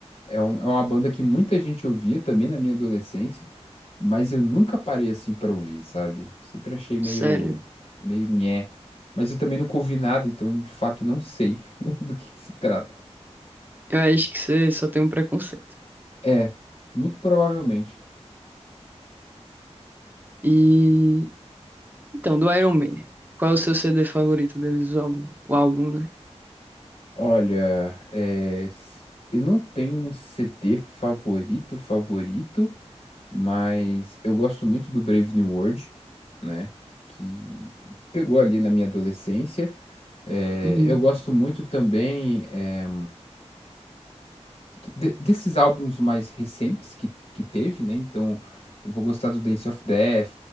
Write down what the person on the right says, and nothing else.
sério.
Eu acho que você só tem um preconceito.
E... Então, do Iron Maiden, qual é o seu CD favorito deles? O álbum, o álbum, né?
Hum,